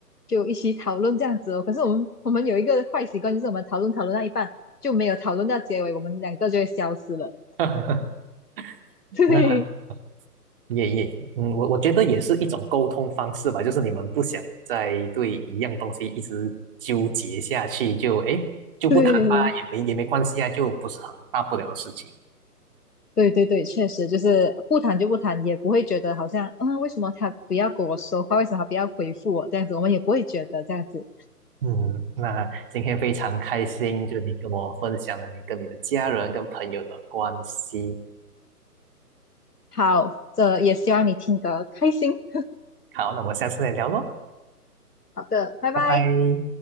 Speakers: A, on the left; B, on the right.
A: 就一起讨论这样子哦。可是我们我们有一个坏习惯，就是我们讨论讨论到一半就没有讨论到结尾，我们两个就会消失了。
B: <laughs>
A: <laughs> 对
B: 那也也，嗯，我我觉得也是一种沟通方式吧，就是你们不想再对一样东西一直纠结下去，就哎就不谈吧，
A: 对。
B: 也没也没关系啊，就不是很大不了的事情。
A: 对对对，确实就是不谈就不谈，也不会觉得好像，嗯，为什么他不要跟我说话，为什么他不要回复我这样子，我们也不会觉得这样子。
B: 嗯，那今天非常开心，就你跟我分享了你跟你的家人跟朋友的关系。
A: 好，这也希望你听得开心。
B: 好，那我们下次再聊喽，
A: 好的，拜拜。
B: 拜拜。